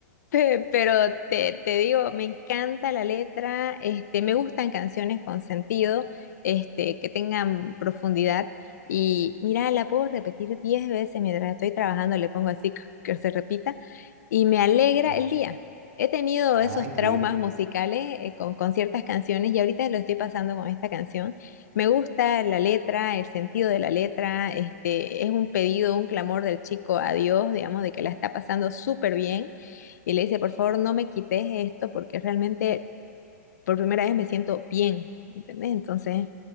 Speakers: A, on the left; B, on the right.
A: Pe- Pero te, te digo, me encanta la letra, este, me gustan canciones con sentido, este, que tengan profundidad. Y mira, la puedo repetir 10 veces mientras estoy trabajando, le pongo así <laughs> que se repita, y me alegra
B: ya.
A: el día. He tenido
B: Ah,
A: esos
B: increíble.
A: traumas musicales eh, con, con ciertas canciones y ahorita lo estoy pasando con esta canción. Me gusta la letra, el sentido de la letra, este, es un pedido, un clamor del chico a Dios, digamos, de que la está pasando súper bien y le dice, por favor, no me quites esto porque realmente por primera vez me siento bien, ¿entendés? Entonces,